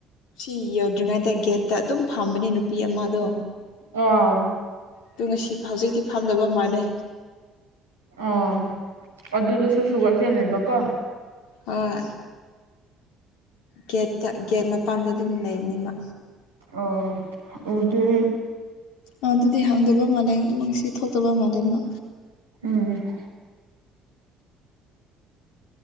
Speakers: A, on the left; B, on the right.
A: ꯁꯤ ꯌꯧꯗ꯭ꯔꯤꯉꯩꯗ ꯒꯦꯠꯇ ꯑꯗꯨꯝ ꯐꯥꯝꯕꯅꯦ ꯅꯨꯄꯤ ꯑꯃꯗꯣ
B: ꯑꯥꯎ
A: ꯑꯗꯨ ꯉꯁꯤ ꯍꯧꯖꯤꯛꯇꯛꯇꯤ ꯐꯥꯝꯗꯕ ꯃꯥꯜꯂꯦ
B: ꯑ ꯑꯗꯨꯗꯨꯁꯨ ꯁꯨꯒꯔ ꯀꯦꯟꯅꯦꯕꯀꯣ
A: ꯍꯣꯏ ꯒꯦꯠꯇ ꯒꯦꯠ ꯃꯄꯥꯟꯗ ꯑꯗꯨꯝ ꯂꯩꯕꯅꯤ ꯃ
B: ꯑꯣ ꯎꯗꯦ
A: ꯑ ꯑꯗꯨꯗꯤ ꯍꯥꯡꯗꯕ ꯃꯥꯜꯂꯦ ꯅꯨꯡꯁꯤ ꯊꯣꯛꯇꯕ ꯃꯥꯜꯂꯦ ꯃꯥ
B: ꯎꯝ